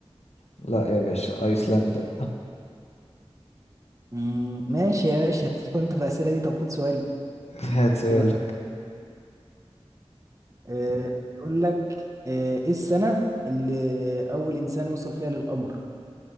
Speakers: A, on the left; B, on the right.
A: لا يا باشا ايسلندا
B: أمم، ماشي يا باشا هتدخل انت في الاسئله دي طب خد سؤالي
A: <laughs> هات سؤالك
B: بقى آه، يقول لك آه، ايه السنه اللي اول انسان وصل فيها للقمر